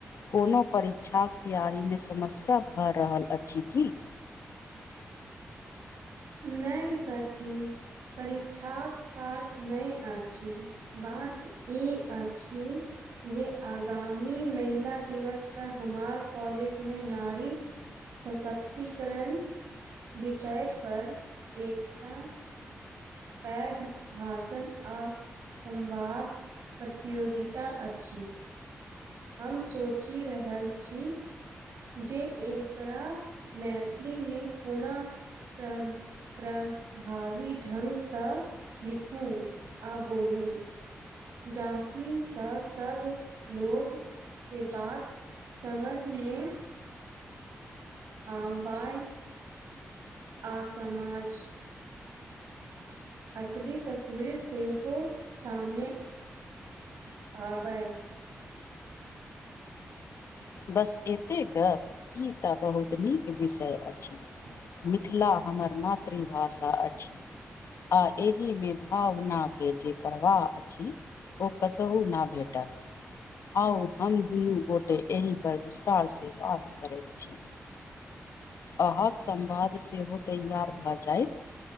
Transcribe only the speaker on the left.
कोनो परीक्षा के तैआरी मे समस्या भऽ रहल अछि कि
बस एतेक गप ई तऽ बहुत निक विषय अछि
मिथिला हमर मातृभाषा अछि। आ एहि ममे भावनाके जे प्रवाह अछि ओ कतहूँ न भेटत आउ हम दुनू गोटे एहि पर विस्तार से बात करैत छै। अहाँकेँ सम्वाद सेहो तैआर भऽ जायत